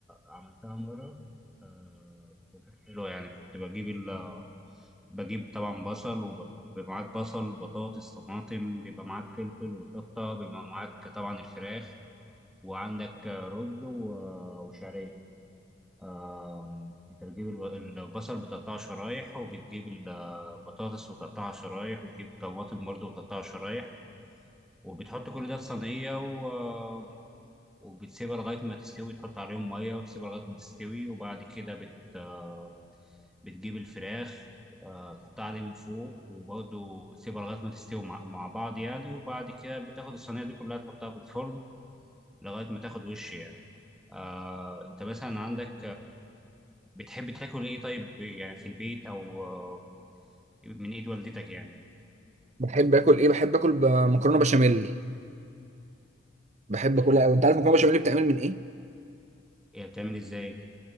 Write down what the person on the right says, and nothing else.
بحب اكل ايه بحب اكل ب- مكرونة بشاميل بحب اكلها قوي انت عارف مكرونة بشاميل بتعمل من ايه